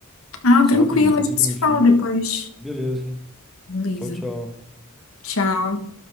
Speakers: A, on the left; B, in the centre.
A: Ah,
B: Só
A: tranquilo,
B: rapidinho, só
A: a
B: cinco
A: gente se
B: minutinhos.
A: fala depois.
B: Beleza.
A: Beleza.
B: Tchau, tchau.
A: Tchau.